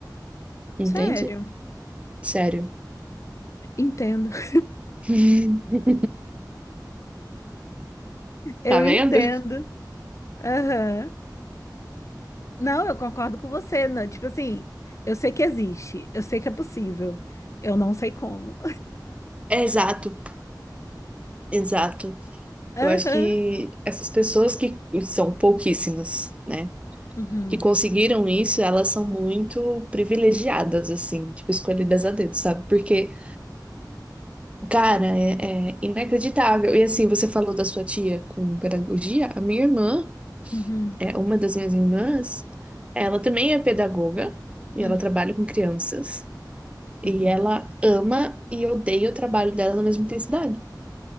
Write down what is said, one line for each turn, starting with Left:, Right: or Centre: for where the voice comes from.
Right: entende?
Left: Sério,
Right: Sério.
Left: entendo. <laughs>
Right: <laughs>
Left: Eu
Right: Tá vendo?
Left: entendo. Aham. Não, eu concordo com você. Né? Tipo assim, eu sei que existe, eu sei que é possível. Eu não sei como.
Right: É, Exato, exato.
Left: <laughs>
Right: Eu acho que essas pessoas que são pouquíssimas, né?
Left: Aham.
Right: que
Left: Uhum.
Right: conseguiram isso, elas são muito privilegiadas, assim, tipo, escolhidas a dedo, sabe? Porque, cara, é, é inacreditável. E assim, você falou da sua tia com pedagogia, a minha irmã,
Left: Uhum.
Right: é uma das minhas irmãs, ela também é pedagoga e
Left: Uhum.
Right: ela trabalha com crianças. E
Left: Uhum.
Right: ela ama e odeia o trabalho dela na mesma intensidade.